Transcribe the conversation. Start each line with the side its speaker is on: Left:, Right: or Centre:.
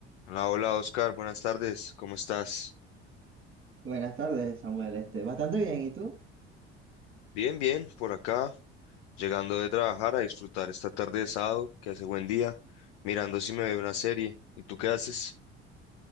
Left: Hola, hola Oscar, buenas tardes, ¿cómo estás?
Right: Buenas tardes, Samuel. Este, bastante bien, ¿y tú?
Left: Bien, bien, por acá, llegando de trabajar a disfrutar esta tarde de sábado, que hace buen día, mirando si me veo una serie. ¿Y tú qué haces?